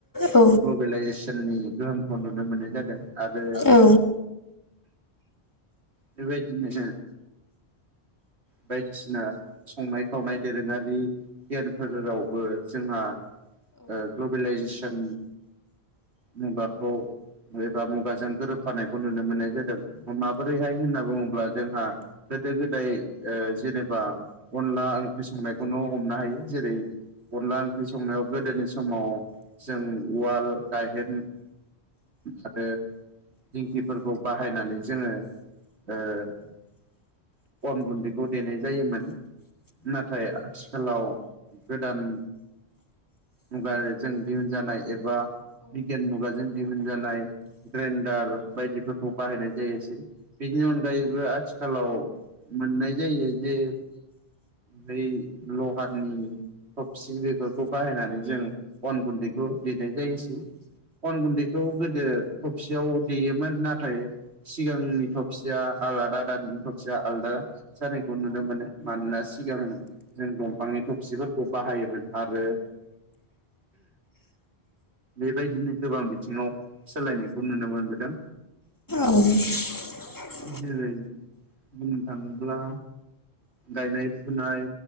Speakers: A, on the left; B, on the right.
A: औ
B: ग्लबेलाइजेसननि गोहोमखौ नुनो मोननाय जादों। आरो
A: औ
B: बेबायदिनो बायदिसिना संनाय खावनाय दोरोङारि खेलफोरावबो जोंहा ओ ग्लबेलाइजेसन मुगाखौ बा मुगाजों गोरोबफानायखौ नुनो मोननाय जादों माबोरैहाय होनना बुङोब्ला जोंहा गोदो गोदाय ओ जेनेबा अनला ओंख्रि संनायखौनो हमनो हायो जेरै अनला ओंख्रि संनायाव गोदोनि समाव जों उवाल गाहेन आरो दिंखिफोरखौ बाहायनानै जोङो ओ अन गुन दै देनाय जायोमोन। नाथाय आथिखालाव गोदान मुगाजों दिहुन जानाय एबा बिगियान मुगाजों दिहुन जानाय दार बायदिफोरखौ बाहायनाय जायोसै बिनि अनगायैबो आथिखालाव मोननाय जायो जे बै लहानि थबसि बेफोरखौ बाहायनानै जों अन गुन्दैखौ देनाय जायोसै। अन गुन्दैखौ गोदो थफसियाव देयोमोन नाथाय सिगांनि थबसिया आलादा दा बिनि थबसिया आलादा जानायखौ नुनो मोनो मानोना सिगां जों दं फांनि थफसिफोरखौ बाहायोमोन आरो बेबायदिनो गोबां बिथिङाव सोलायनायखौ नुनो मोनबोदों।
A: <inaudible>
B: जेरै बुंनो थाङो ब्ला गायनाय फुनाय